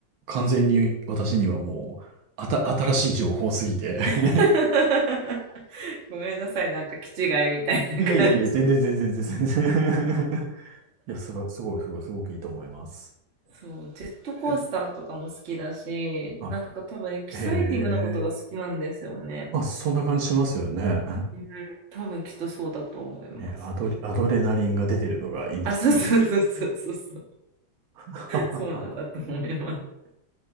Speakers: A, on the right (about 80°); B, on the right (about 45°).
A: 完全に私にはもう、あた、新しい情報すぎて。
B: <laughs>
A: <laughs>
B: ごめんなさい、なんか気違いみたいな感じ。
A: いやいやいや、全然全然全然全然。<laughs> いや、すごい、すごい、すごい、すごくいいと思います。
B: そう、ジェットコースターとかも好きだし、
A: えあ、
B: なんか多分エキサイティングなことが好きなんですよね。
A: へえ。まあ、そんな感じしますよね。<laughs>
B: うん、多分きっとそうだと思います。
A: ね、アドリ、アドレナリンが出てるのがいいんでしょうね。
B: あ、そうそうそうそうそうそう、
A: <laughs>
B: そうなんだと思います。